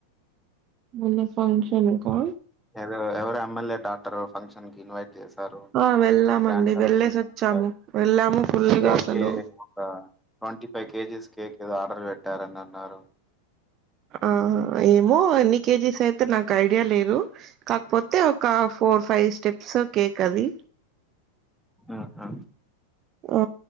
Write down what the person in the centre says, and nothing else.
ఏదో ఎవరు ఎమ్మెల్యే డాటర్ ఫంక్షన్ కి ఇన్వైట్ చేశారు
<unintelligible>
కేక్
ఒక ట్వంటీ ఫైవ్ కేజీస్ కేక్ ఏదో ఆర్డర్ పెట్టారని అన్నారు.
ఆహా